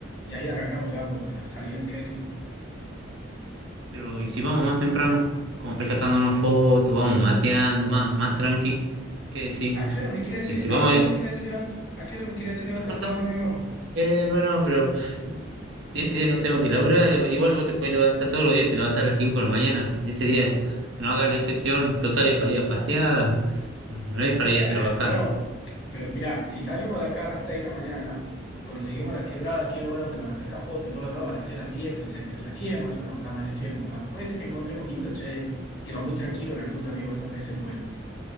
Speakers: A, on the left; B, on the right.
A: y ahí arrancamos ya por, con las salidas, ¿qué decís?
B: Pero y si vamos más temprano, como para ir sacándonos fotos, vamos mateando, más, más tranqui, ¿qué decir?
A: ¿A qué hora me quería
B: Porque
A: hacer,
B: si vamos
A: a qué
B: a
A: hora
B: ir-
A: me quería hacer levantar, a qué hora me quería hacer levantar
B: <laughs>
A: el sábado, amigo?
B: Eh, bueno, pero Si ese día no tengo que laburar, igual vos te puedes levantar todos los días, te levantas a las 5 de la mañana. Ese día no hagas la excepción, total es para ir a pasear, no es para ir
A: Eh,
B: a trabajar.
A: podemos. Pero mirá, si salimos de acá a las 6 de la mañana, cuando lleguemos a la quebrada, aquí el lugar donde van a sacar fotos y todo lo demás, van a ser las siete o sea que recién más o menos va a estar amaneciendo. Va- puede ser que encontremos lindo, che. Y va muy tranquilo en la ruta, amigo, eso, eso es lo bueno.